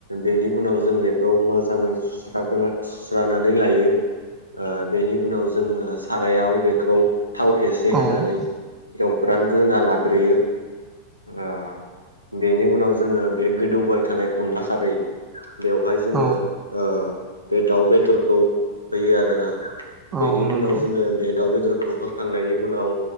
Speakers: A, on the left; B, on the right.
A: बेनि उनाव जों बेखौ मोजाङै सुस्रोन सुस्रानानै लायो ओ बेनि उनाव जोङो सारायाव बेखौ थाव एसे
B: औ
A: होनानै एवफ्रान ग्रोना लाग्रोयो आ बेनि उनाव जोङो बे गोदौबाय थानाय अनला खारै बेवहाय जोङो
B: औ
A: ओ बे दाउ बेदरखौ होयो आरोना
B: औ
A: बेनि
B: नंगौ
A: उनाव जोङो बे दाउ बेदरखौ होखांनायनि उनाव